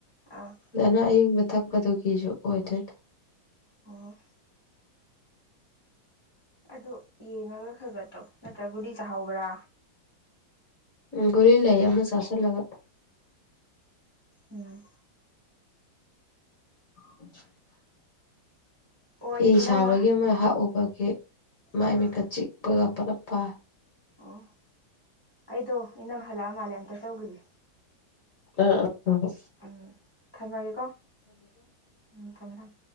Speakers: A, on the right; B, on the left.
A: ꯑꯥ
B: ꯗꯅ ꯑꯌꯤꯡꯕ ꯊꯛꯄꯗꯨꯒꯤꯁꯨ ꯑꯣꯏꯗꯣꯏꯅꯤ
A: ꯑꯣ ꯑꯗꯨ ꯌꯦꯡꯉꯒ ꯈꯔ ꯈꯔ ꯇꯧ ꯅꯠꯇ꯭ꯔ ꯒꯨꯂꯤ ꯆꯥꯍꯧꯕ꯭ꯔꯥ
B: ꯎꯝ ꯒꯨꯂꯤ ꯂꯩꯌꯦ ꯑꯃ ꯆꯥꯁꯜꯂꯒ
A: ꯎꯝ
B: <inaudible>
A: ꯑꯣ
B: ꯐꯤ
A: ꯑꯩ ꯏꯅꯝꯃ
B: ꯁꯥꯕꯒꯤ ꯑꯃ ꯍꯛꯎꯕꯒꯤ ꯃꯥꯏ
A: ꯑꯥ
B: ꯃꯤꯠꯀ ꯆꯤꯛꯄꯒ ꯄꯨꯂꯞ ꯄꯥꯔꯦ
A: ꯑꯣ ꯑꯩꯗꯣ ꯏꯅꯝ ꯍꯜꯂꯛꯑ ꯃꯥꯜꯂꯦ ꯑꯝꯇ ꯆꯧꯈꯤꯒꯦ
B: ꯑ ꯑ ꯍꯣꯏ ꯍꯣꯏ
A: ꯎꯝ ꯊꯝꯃꯒꯦꯀꯣ ꯎꯝ ꯊꯝꯃꯣ ꯊꯝꯃꯣ